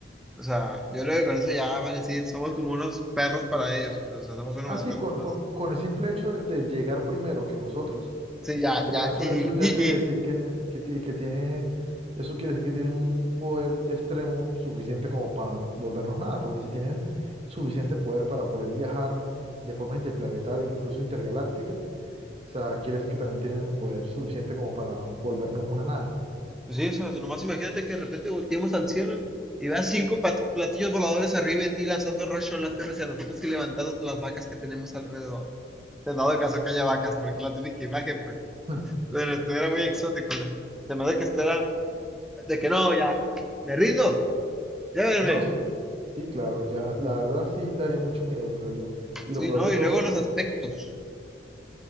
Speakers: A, in the centre; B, on the right.
A: o sea, yo creo que con eso ya van a decir, somos como unos perros para ellos, pues, o sea, somos unos
B: Así,
A: mascotas
B: con,
A: más.
B: con- con el simple hecho de de llegar primero que nosotros,
A: Sí, ya,
B: Ya
A: ya,
B: eso,
A: GG,
B: eso ya
A: GG.
B: quiere decir que, que, ti- que tiene, eso quiere decir que tiene un poder extremo suficiente como para volvernos nada, porque si tienen suficiente poder para poder viajar de forma interplanetaria, incluso intergaláctica, o sea, quiere decir que también tienen poder suficiente como para volvernos una nada.
A: Pues sí, o sea, nomás imagínate que de repente volteemos al cielo y veas cinco pat- platillos voladores arriba de ti lanzando rayos láser hacia nosotros y levantando las vacas que tenemos alrededor. En dado caso que haya vacas, porque es la típica imagen, pues,
B: <laughs>
A: pero esto era muy exótico, o sea, se me hace que esto era de que no, ya, me rindo, llévenme.
B: No, sí, sí, claro, ya, la verdad sí daría mucho miedo, creo yo. Y
A: Sí,
B: lo peor
A: ¿no?
B: de
A: Y
B: todo,
A: luego
B: que
A: los
B: pues,
A: aspectos,